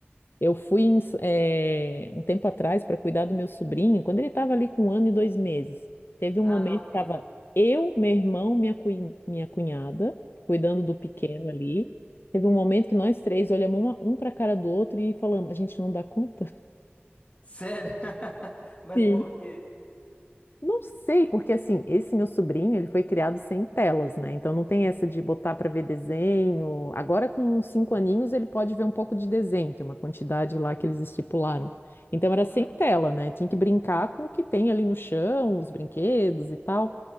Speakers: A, on the left; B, on the left.
A: eu fui em S- eh, um tempo atrás para cuidar do meu sobrinho, quando ele estava ali com um ano e dois meses. Teve um
B: Ah,
A: momento
B: novinho.
A: que estava eu, meu irmão, minha, cunhi- minha cunhada, cuidando do pequeno ali. Teve um momento que nós três olhamos uma- um para a cara do outro e falamos: a gente não dá conta. <laughs>
B: Sério? <laughs> Mas
A: sim.
B: por quê?
A: Não sei, porque assim, esse meu sobrinho, ele foi criado sem telas, né? Então não tem essa de botar para ver desenho. Agora com uns cinco aninhos ele pode ver um pouco de desenho, tem uma quantidade lá que eles estipularam. Então era sem
B: Uhum.
A: tela, né? Tinha que brincar com o que tem ali no chão, os brinquedos e tal.